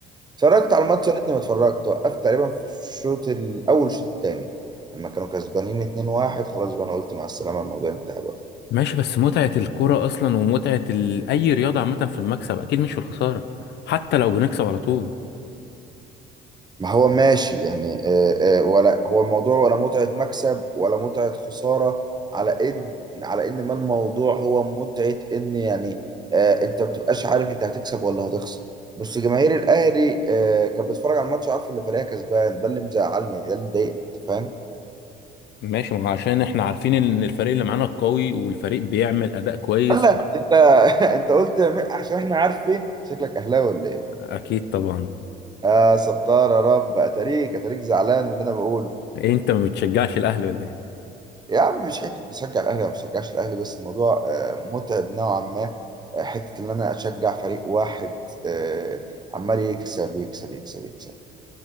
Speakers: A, on the right (about 20°); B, on the left (about 65°).
A: اتفرجت على الماتش يا ريتني ما اتفرجت وقفت تقريبا في الشوط الاول الشوط الثاني لما كانوا كسبانين 2-1 خلاص بقى انا قلت مع السلامه الموضوع انتهى بقى
B: ماشي بس متعه الكوره اصلا ومتعه ال... اي رياضه عامه في المكسب اكيد مش في الخساره حتى لو بنكسب على طول
A: ما هو ماشي يعني آه، آه، ولا هو الموضوع ولا متعه مكسب ولا متعه خساره على ان على ان ما الموضوع هو متعه ان يعني آه، انت ما بتبقاش عارف انت هتكسب ولا هتخسر بس جماهير الاهلي آه، كانت بتتفرج على الماتش وعارفه ان فريقها كسبان ده اللي مزعلني ده اللي مضايقني أنت فاهم
B: ماشي ما هو عشان احنا عارفين ان الفريق اللي معانا قوي والفريق بيعمل اداء كويس
A: هلا انت <laughs> انت قلت م- عشان احنا عارفين شكلك اهلاوي ولا ايه؟
B: اكيد طبعا
A: اه ستار يا رب اتاريك اتاريك زعلان من اللي انا بقوله
B: إيه انت ما بتشجعش الاهلي ولا ايه
A: يا عم مش حته بشجع الاهلي وما بشجعش الاهلي بس الموضوع آه، متعب نوعا ما آه، حته ان انا اشجع فريق واحد آه، عمال يكسب يكسب يكسب يكسب